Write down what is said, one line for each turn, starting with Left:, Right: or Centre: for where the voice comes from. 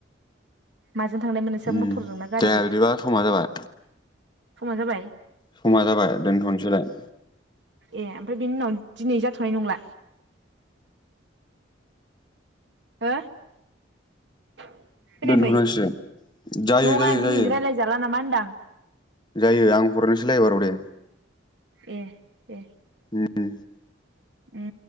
Right: माजों थांनायमोन नोंसा
Left: उम
Right: टरजों ना गारिजों?
Left: दे बिदिबा समा जाबाय
Right: समा जाबाय
Left: समा जाबाय दोनथ'नसैलाय
Right: ए ओमफ्राय बेनि उनाव दिनै जाथ'नाय नंला? हो खोनायाखै
Left: दोनथ'नांसिगोन जायो
Right: नङा
Left: जायो
Right: दिनै
Left: जायो
Right: रायलायजाला ना मा होन्दां?
Left: जायो आं हरनोसैलाय एबाराव दे
Right: ए दे
Left: उम उ
Right: उम